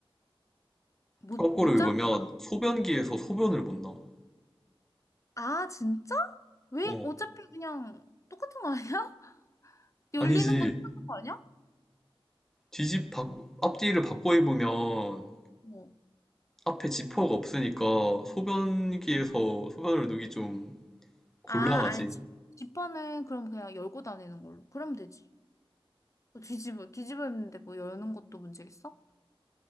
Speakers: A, on the left; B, in the centre.
A: 못못
B: 거꾸로 입으면
A: 잠가?
B: 소변기에서 소변을 못 넣어.
A: 아, 진짜? 왜?
B: 어,
A: 어차피 그냥 똑같은 거 아니야? <laughs> 열리는
B: 아니지.
A: 건 똑같은 거 아니야?
B: 뒤집, 바꾸, 앞뒤를 바꿔 입으면
A: 어.
B: 앞에 지퍼가 없으니까 소변기에서 소변을 누기 좀 곤란하지.
A: 아, 아니, 지- 지퍼는 그럼 그냥 열고 다니는 걸로. 그러면 되지. 뭐 뒤집어, 뒤집어 입는데 뭐 여는 것도 문제겠어?